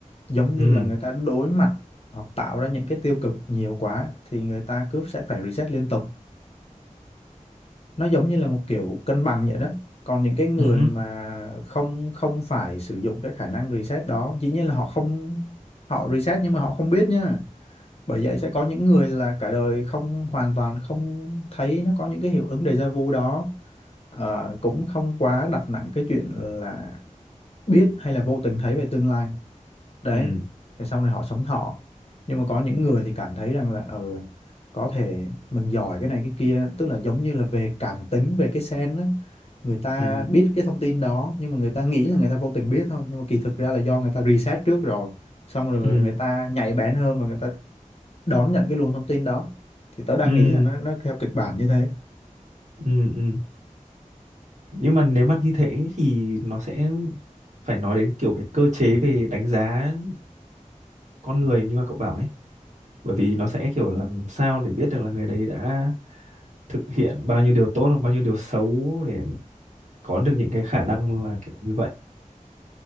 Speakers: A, on the left (about 50°); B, on the right (about 60°).
A: giống
B: ừ
A: như là người ta đối mặt hoặc tạo ra những cái tiêu cực nhiều quá thì người ta cứ sẽ phải reset liên tục nó giống như là một kiểu cân bằng vậy đó còn những cái người
B: ừ hứ,
A: mà không không phải sử dụng cái khả năng reset đó dĩ nhiên là họ không họ reset nhưng mà họ không biết nha bởi vậy sẽ có những người là cả đời không hoàn toàn không thấy nó có những cái hiệu ứng déjà vu đó Ờ, cũng không quá đặt nặng cái chuyện là biết hay là vô tình thấy về tương lai đấy
B: ừ
A: thế xong rồi họ sống thọ nhưng mà có những người thì cảm thấy rằng là ừ, có thể mình giỏi cái này cái kia tức là giống như là về cảm tính về cái sen á người ta
B: ừ
A: biết cái thông tin đó nhưng mà người ta nghĩ là người ta vô tình biết thôi nhưng mà kỳ thực ra là do người ta research trước rồi xong rồi
B: ừ
A: người ta nhạy bén hơn và người ta đón nhận cái luồng thông tin đó thì tớ đang
B: ừ
A: nghĩ là nó nó theo kịch bản như thế
B: ừ ừ. nhưng mà nếu mà như thế thì nó sẽ phải nói đến kiểu cái cơ chế về đánh giá con người như mà cậu bảo ấy bởi vì nó sẽ kiểu làm sao để biết được là người đấy đã thực hiện bao nhiêu điều tốt hoặc bao nhiêu điều xấu để có được những cái khả năng là kiểu như vậy